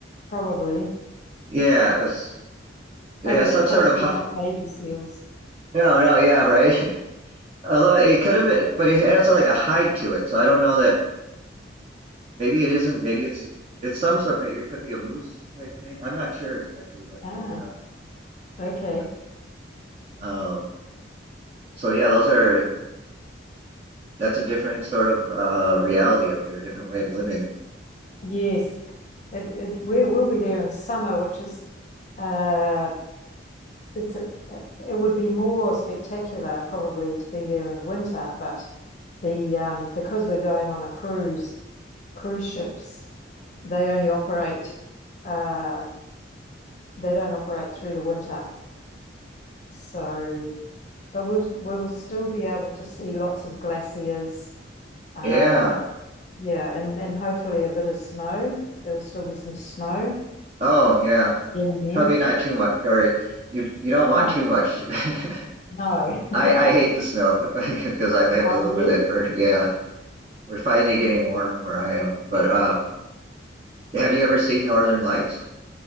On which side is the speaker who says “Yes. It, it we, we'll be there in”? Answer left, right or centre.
Left